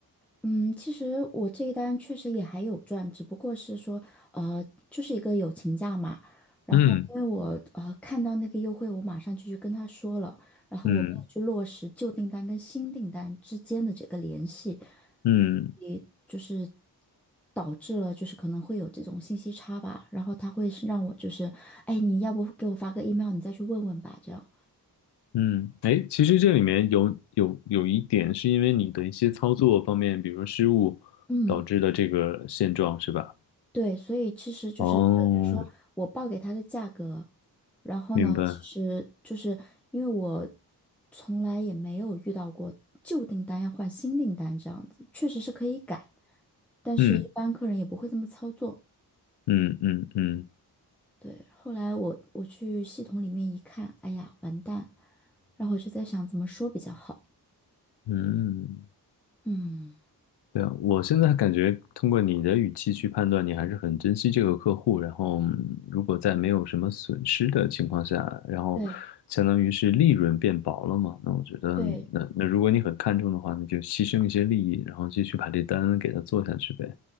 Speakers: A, in the centre; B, on the left.
A: 嗯，其实我这一单确实也还有赚，只不过是说，呃，就是一个友情价嘛。然后因为我呃看到那个优惠，
B: 嗯
A: 我马上就去跟他说了，然后我没有去落实旧订单跟新订单之间的这个联系，
B: 嗯嗯。
A: 也就是导致了就是可能会有这种信息差吧。然后他会是让我就是，哎，你要不给我发个 email，你再去问问吧，这样。
B: 嗯，哎，其实这里面有有有一点是因为你的一些操作方面，比如说失误导致的这个现状，
A: 嗯。
B: 是吧？
A: 对，所以其实就是等于说我报给他的价格，
B: 哦，
A: 然后呢，
B: 明白。
A: 其实就是因为我从来也没有遇到过旧订单要换新订单这样子，确实是可以改，但是一般客人也不会这么操作。
B: 嗯嗯嗯嗯
A: 对，后来我我去系统里面一看，哎呀，完蛋，然后我就在想怎么说比较好。
B: 嗯，
A: 嗯，
B: 对啊，我现在感觉通过你的语气去判断，你还是很珍惜这个客户，然后嗯如果在没有什么损失的情况下，然后相当于是利润变薄了嘛，
A: 对
B: 那我觉得那那如果你很看重的话，
A: 对，
B: 那就牺牲一些利益，然后继续把这单给他做下去呗。